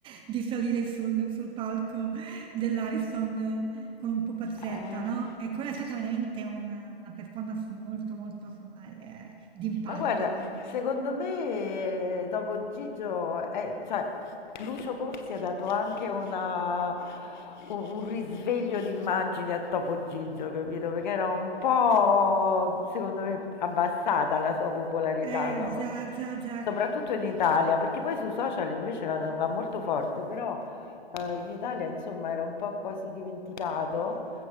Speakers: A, on the right; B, on the left.
A: di salire sul, sul palco dell'Ariston eh, con un pupazzetta,
B: Eh.
A: no? E quella è stata veramente una, una performance molto, molto, insomma, eh, d'impatto.
B: Ma guarda, secondo me eh, dopo Gigio, eh, cioè, Lucio Corsi ha dato anche una- un, un risveglio d'immagine a Topo Gigio, capito? Perché era un po', secondo me, abbassata la sua popolarità,
A: Eh,
B: no?
A: già, già, già.
B: Soprattutto in Italia, perché poi sui social invece va, va molto forte, però eh, in Italia, insomma, era un po' quasi dimenticato.